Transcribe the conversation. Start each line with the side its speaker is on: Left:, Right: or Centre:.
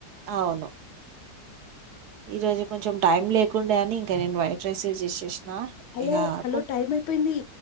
Right: అవును ఈ రోజు కొంచెం టైం లేకుండడా అని ఇంక నేను వైట్ రైస్ చేసేసిన
Left: హలో
Right: ఇక
Left: హలో టైం అయిపోయింది